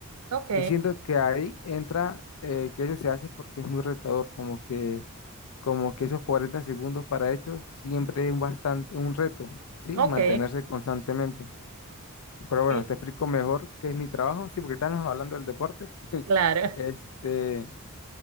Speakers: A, on the right (about 80°); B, on the left (about 70°).
A: Ok,
B: Y siento que ahí entra eh, que eso se hace porque es muy retador, como que, como que esos 40 segundos para ellos siempre es un bastante un reto, ¿sí?
A: ok,
B: Mantenerse constantemente. Pero bueno,
A: y-
B: te explico mejor qué es mi trabajo, sí, porque estamos hablando del deporte.
A: claro,
B: Este,